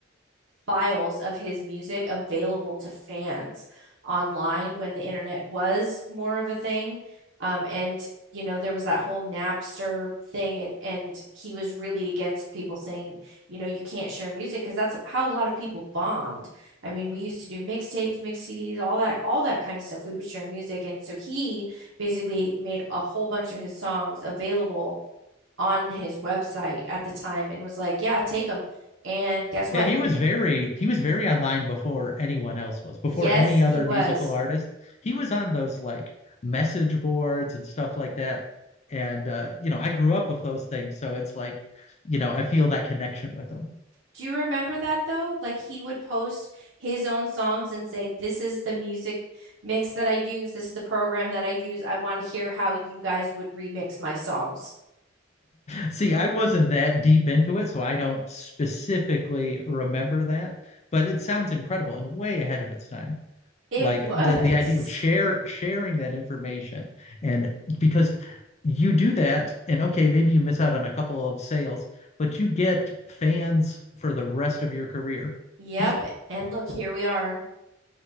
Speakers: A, on the right; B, on the left.
A: files of his music available to fans online when the internet was more of a thing. Um, and you know there was that whole Napster thing, and and he was really against people saying you know you can't share music because that's how a lot of people bond. I mean, we used to do mixtapes, mix CDs, all that, all that kind of stuff. We would share music, and so he basically made a whole bunch of his songs available on his website at the time and was like, yeah, take them. And guess what?
B: Yeah, he was very he was very online before anyone else was, before
A: Yes,
B: any
A: he
B: other
A: was.
B: musical artist. He was on those like message boards and stuff like that. And uh, you know, I grew up with those things, so it's like, you know, I feel that connection with him.
A: Do you remember that though? Like he would post his own songs and say, This is the music mix that I use. This is the program that I use. I want to hear how you guys would remix my songs.
B: See, I wasn't that deep into it, so I don't specifically remember that, but it sounds incredible and way ahead of its time.
A: It
B: Like
A: was.
B: the the idea of share
A: <laughs>
B: sharing that information and because you do that and okay, maybe you miss out on a couple of sales, but you get fans for the rest of your career.
A: Yep.
B: He's
A: And look, here we are.